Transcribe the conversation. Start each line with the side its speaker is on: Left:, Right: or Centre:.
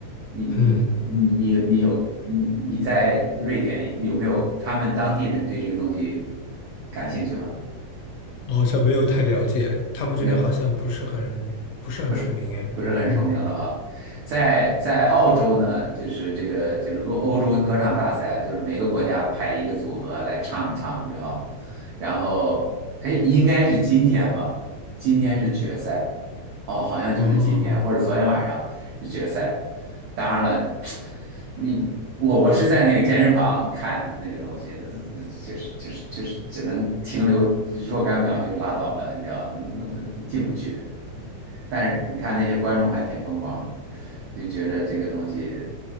Right: 你你你你你有你你在瑞典有没有他们当地人对这个东西
Left: 嗯。
Right: 感兴趣吗？
Left: 我好像没有太了解，他们这边好像不是很不是很出名哎。
Right: 也不是不是很出名啊。
Left: 嗯，
Right: 在在澳洲呢，就是这个就是欧欧洲歌唱大赛啊，就是每个国家派一个组合来唱一唱，你知道？然后哎，应该是今天吧？今天是决赛哦，好像就是今天或者昨天晚上。
Left: 哦，
Right: 决赛。当然了，你我我是在那个健身房看那个东西，这这这确实确实确实只能停留若干秒就拉倒了，你知道，那他进不去。但是你看那些观众还挺疯狂的，就觉着这个东西，